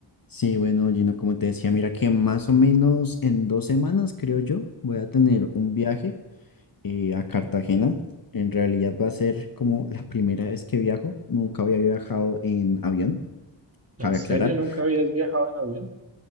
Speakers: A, on the left; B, on the right.
A: Sí, bueno, Gino, como te decía, mira que más o menos en dos semanas, creo yo, voy a tener un viaje eh, a Cartagena. En realidad va a ser como la primera vez que viajo. Nunca había viajado en avión, cabe
B: ¿En serio
A: aclarar.
B: nunca habías viajado en avión?